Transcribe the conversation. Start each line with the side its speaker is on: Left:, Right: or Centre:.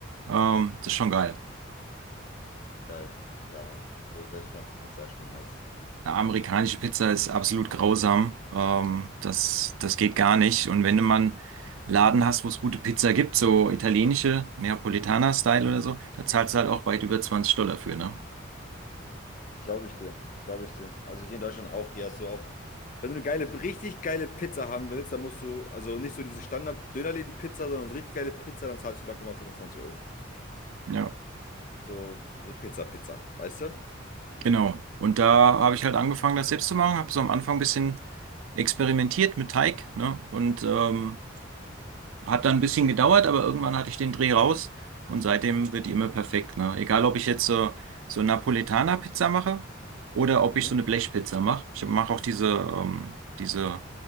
Right: Ähm, das ist schon geil.
Left: geil. Ja, Mann. So selbstgemachte Pizza ist schon nice.
Right: Eine amerikanische Pizza ist absolut grausam. Ähm, das, das geht gar nicht. Und wenn du mal einen Laden hast, wo es gute Pizza gibt, so italienische, Neapolitaner-Style oder so, da zahlst du halt auch weit über 20 Dollar für, ne?
Left: Glaube ich dir, glaube ich dir. Also hier in Deutschland auch, hier hast du auch, wenn du eine geile, richtig geile Pizza haben willst, dann musst du, also nicht so diese Standard-Dönerläden-Pizza, sondern so richtig geile Pizza, dann zahlst du locker mal 25 Euro.
Right: Ja.
Left: So, so Pizza, Pizza, weißt du?
Right: Genau. Und da habe ich halt angefangen, das selbst zu machen, habe so am Anfang ein bisschen experimentiert mit Teig, ne? Und ähm, hat dann ein bisschen gedauert, aber irgendwann hatte ich den Dreh raus und seitdem wird die immer perfekt, ne? Egal, ob ich jetzt so, so Napolitaner-Pizza mache oder ob
Left: Mhm.
Right: ich so eine Blechpizza mache. Ich mache auch diese, ähm, diese